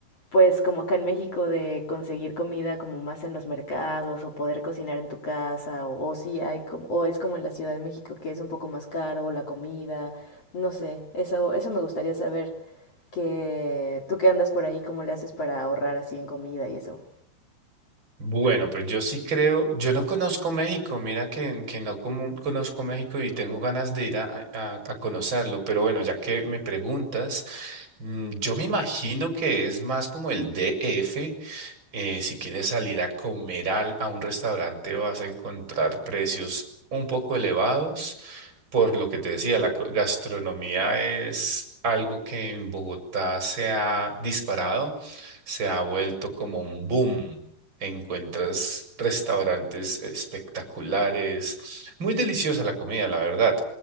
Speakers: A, on the left (about 40°); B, on the right (about 30°).
A: pues como acá en México de conseguir comida como más en los mercados o poder cocinar en tu casa o, o si hay como, o es como en la Ciudad de México que es un poco más caro la comida, no sé, eso, eso me gustaría saber que tú que andas por ahí, ¿cómo le haces para ahorrar así en comida y eso?
B: Bueno, pues yo sí creo, yo no conozco México, mira que, que no como- conozco México y tengo ganas de ir a, a- a conocerlo, pero bueno, ya que me preguntas, mm, yo me imagino que es más como el DF, eh, si quieres salir a comer al- a un restaurante vas a encontrar precios un poco elevados. Por lo que te decía, la co- gastronomía es algo que en Bogotá se ha disparado, se ha vuelto como un boom. Encuentras restaurantes espectaculares, muy deliciosa la comida, la verdad.